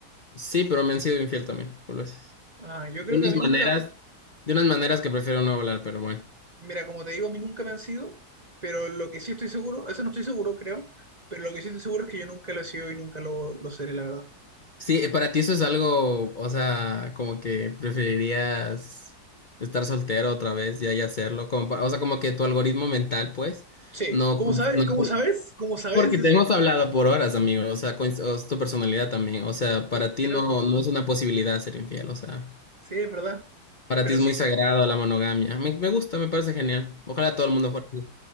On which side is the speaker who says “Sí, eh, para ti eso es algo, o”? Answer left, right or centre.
Left